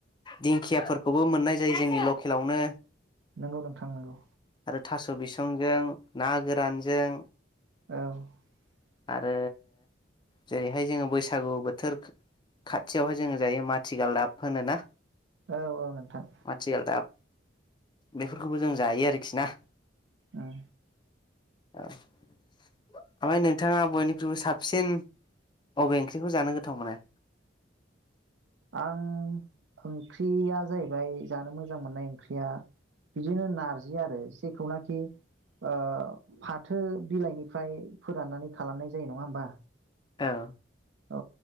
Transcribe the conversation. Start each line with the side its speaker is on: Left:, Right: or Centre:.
Left: दिंखियाफोरखौबो मोननाय जायो जोंनि लकेलावनो
Right: नोंगौ नोंथां नोंगौ
Left: आरो थास बिसंजों ना गोरानजों
Right: औ
Left: आरो जेरैहाय जोंङो बैसागु बोथोर खाथियावहाय जोंङो जायो माथिगालदाब होनोना।
Right: औ-औ नोंथां
Left: माथिगालदाब बेफोरखौबो जों जायो आरो खिना
Right: उं
Left: औ ओमफ्राय नोंथांङा बयनिख्रुइबो साबसिन अबे ओंख्रिखौ जानो गोथावमोनो।
Right: आं ओंख्रिया जाहैबाय जानो मोजां मोननाय ओंख्रिया बिदिनो नारजि आरो जेखौनाखि ओ फाथो बिलाइनिफ्राय फोराननानै खालामनाय जायो नंङा होनबा।
Left: औ
Right: औ